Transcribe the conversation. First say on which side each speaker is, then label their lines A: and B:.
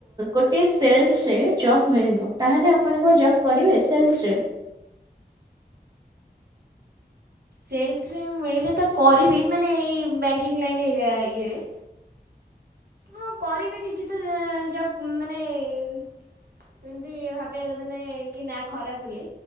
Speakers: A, on the right (about 25°); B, on the right (about 65°).
A: ଗୋଟିଏ ସେଲ୍ସରେ ଜବ ମିଳିବ ତାହେଲେ ଆପଣ କଣ ଜବ କରିବେ ସେଲ୍ସ ରେ
B: ସେଲ୍ସ ରେ ମିଳିଲେ ତ କରିବି ମାନେ ଏଇ ବ୍ୟାଙ୍କିଙ୍ଗ ଲାଇନ୍ ଏରିଆ ଇଏରେ ହଁ କରିବି କିଛି ତ ଜବ ମାନେ ଏମତି ଇଏ ଭାବିବା କଥା ନ କି ନା ଖରାପ ବୋଲି